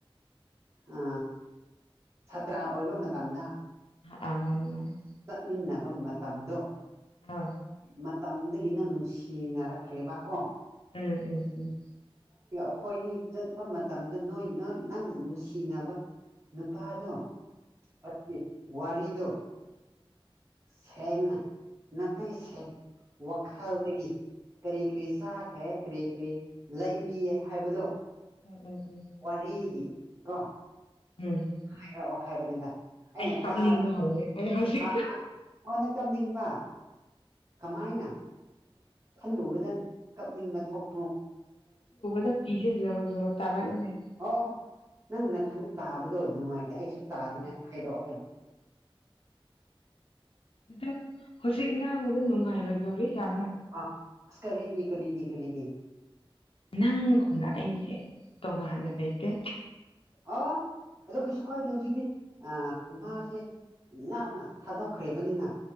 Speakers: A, on the right; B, on the left.
A: ꯑ ꯁꯥꯇ꯭ꯔꯥ ꯑꯣꯏꯕ ꯃꯇꯝꯗ
B: ꯑꯥ ꯃꯥꯅꯤ ꯃꯥꯅꯤ
A: ꯆꯠꯃꯤꯟꯅꯕ ꯃꯇꯝꯗꯣ
B: ꯑꯥ
A: ꯃꯇꯝꯗꯨꯗꯒꯤ ꯅꯪ ꯅꯨꯡꯁꯤꯅꯔꯛꯈ꯭ꯔꯦꯕ ꯀꯣ
B: ꯎꯝ ꯎꯝ ꯎꯝ
A: ꯈꯣꯏꯅꯤ ꯆꯠꯄ ꯃꯇꯝꯗ ꯅꯣꯏ ꯅꯣꯏ ꯅꯪꯅ ꯅꯨꯡꯁꯤꯅꯕ ꯅꯨꯄꯥꯗꯣ ꯑꯗꯨꯗꯤ ꯋꯥꯔꯤꯗꯣ ꯁꯦꯡꯅ ꯅꯥꯇꯩ ꯋꯥꯈꯜꯗꯒꯤ ꯀꯔꯤ ꯀꯔꯤ ꯆꯥꯈ꯭ꯔꯦ ꯀꯔꯤ ꯀꯔꯤ ꯂꯩꯕꯤ ꯍꯥꯏꯕꯗꯣ
B: ꯎꯝ ꯎꯝ ꯎꯝ
A: ꯋꯥꯔꯤꯒꯤ ꯀꯣ
B: ꯎꯝ
A: ꯍꯥꯏꯔꯛꯑꯣ ꯍꯥꯏꯕꯅꯤꯗ ꯑꯩꯅ
B: ꯑꯩ ꯀꯞꯅꯤꯡꯕ
A: ꯇꯥꯔꯒ
B: ꯍꯧꯔꯦ ꯑꯩ ꯍꯧꯖꯤꯛ
A: ꯑ ꯍꯟꯅ ꯇꯝꯅꯤꯡꯕ ꯀꯃꯥꯏꯅ ꯈꯜꯂꯨꯕꯗ ꯀꯞꯅꯤꯡꯕ ꯊꯣꯛ
B: ꯂ ꯄꯤꯤꯁꯦ ꯖꯔꯣ ꯖꯔꯣ ꯇꯔ ꯏꯃꯦ
A: ꯑꯣ ꯅꯪ ꯅꯊꯟꯅ ꯇꯥꯕꯗꯣ ꯅꯨꯡꯉꯥꯏꯇꯦ ꯑꯩꯁꯨ ꯇꯥꯅꯤꯡꯉꯥꯏꯅ ꯍꯥꯏꯔꯛꯑꯣ ꯍꯥꯏꯕ
B: ꯑ ꯍꯧꯖꯤꯛ ꯉꯥꯡꯕꯗ ꯅꯨꯡꯉꯥꯏꯔꯣꯏꯗꯧꯔꯤ ꯌꯥꯝ
A: ꯑꯥ ꯑ ꯀꯦꯒꯤ ꯀꯔꯤꯒꯤ ꯀꯔꯤꯒꯤ
B: ꯅꯪꯒꯨꯝꯅ ꯑꯩꯁꯦ ꯇꯣꯉꯥꯟꯅ ꯂꯩꯇꯦ
A: ꯑ ꯑꯣ ꯀꯩꯁꯨ ꯀꯥꯏꯗꯦ ꯍꯧꯖꯤꯛꯇꯤ ꯃꯥꯁꯦ ꯂꯥꯞꯅ ꯊꯥꯗꯣꯛꯈ꯭ꯔꯦꯕꯅꯤꯅ